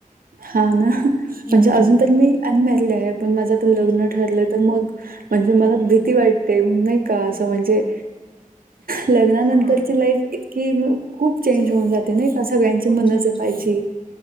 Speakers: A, on the right; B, on the left.
A: हां नां
B: हम्म
A: म्हणजे अजूंन तरी मी अनमॅरिड आहे पणं माझं तरं लग्नं
B: अच्छा.
A: ठरलं तरं मंग म्हणजे मलां भीती वाटते नाहीं कां असं म्हणजे लग्नानंतरची
B: हा
A: लाईफ इतकी म खूप चेंज
B: ते
A: होऊन जाते नाही का
B: खूप
A: सगळ्यांची
B: खूप
A: मनं
B: चेंज
A: जपायची
B: होते